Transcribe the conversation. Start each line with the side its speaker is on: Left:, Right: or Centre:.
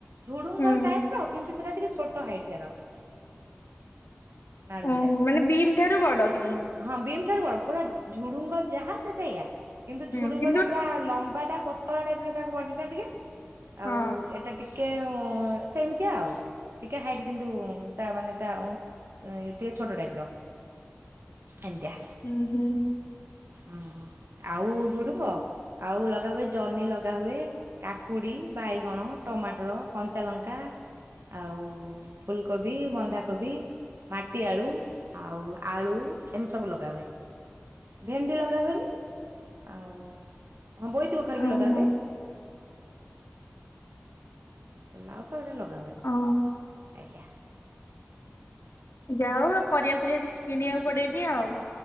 Right: ଝୁଡୁଙ୍ଗ
Left: ହୁଁ
Right: ଟାଇପ ର କିନ୍ତୁ ସେଟା ଟିକେ ଛୋଟ ହାଇଟ୍ ତାର। ନାଡୁକିଟା
Left: ଓହୋ ମାନେ ବିମ୍ ଠାରୁ ବଡ କିନ୍ତୁ।
Right: ହଁ ବିମ୍ ଠାରୁ ବଡ଼ ପୁରା ଝୁଡୁଙ୍ଗ ଯାହା ସେ ସେଇଆ କିନ୍ତୁ
Left: ହୁଁ
Right: ଝୁଡୁଙ୍ଗଟା
Left: କିନ୍ତୁ
Right: ଆ ଲମ୍ବାଟା ପତଳା ଟାଇପ୍ ର ତା ବଡ଼ିଟା ଟିକେ
Left: ହଁ
Right: ଆଉ ଏଟା ଟି କେ ଉଁ ସେମିତି ଆଉ ଟିକେ ହାଇଟ୍ କିନ୍ତୁ ତା ମାନେ ତା ଉଁ ଏ ଟିକେ ଛୋଟ ଟାଇପ୍ ର ଏମତିଆ।
Left: ହୁଁ ହୁଁ।
Right: ହଁ ଆଉ ଝୁଡୁଙ୍ଗ ଆଉ ଲଗା ହୁଏ ଜହ୍ନି ଲଗା ହୁଏ। କାକୁଡ଼ି ବାଇଗଣ ଟମାଟର କଞ୍ଚାଲଙ୍କା। ଆଉ ଫୁଲକୋବି, ବନ୍ଧାକୋବି। ମାଟି ଆଳୁ ଆଉ ଆଳୁ ଏମିତି ସବୁ ଲଗା ହୁଏ। ଭେଣ୍ଡି ଲଗା ହୁଏନି ଆଉ ହଁ ବୋଇତି କଖାରୁ ବି
Left: ଓହୋ
Right: ଲଗା ହୁଏ। ଲାଉ ଫାଉରେ ଲଗା ହୁଏନି
Left: ଓ
Right: ଆଜ୍ଞା।
Left: ଯା ହଉ ଆଉ ଏ ପରିଆ ଫରିଆ କିଛି କିଣିବାକୁ ପଡ଼େନି ଆଉ।